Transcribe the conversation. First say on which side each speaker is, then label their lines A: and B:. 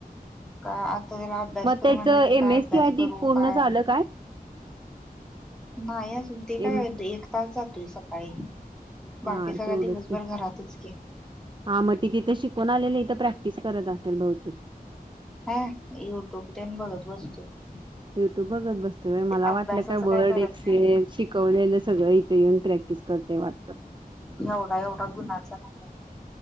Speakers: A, in the centre; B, on the right.
A: का त त्याला अभ्यासकर
B: मग त्याच
A: म्हटलं की
B: एम
A: काय
B: एस
A: अभ्यास
B: सी आय
A: करू
B: टी पूर्ण
A: काय
B: झालं
A: नाही अजून ते काय
B: एम
A: आताच जातोय सकाळी बाकी
B: हा
A: सगळा
B: तेवढंच
A: दिवसभर
B: की
A: घरातच की
B: हा मग ती तिथं शिकून आलेली इथ तर प्रॅक्टिस करत असेल बहुतीक
A: हा युट्यूब त्यांनी बघत बसतोय
B: युट्यूब बघत बसते मला
A: अभ्यासाच
B: वाटलं काय वर्ड
A: करत
B: एक्सेल
A: नाही
B: शिकवलेलं सगळं इथे येऊन प्रॅक्टिस करत ते वाटतं
A: एवढा एवढा गुणाचा नाही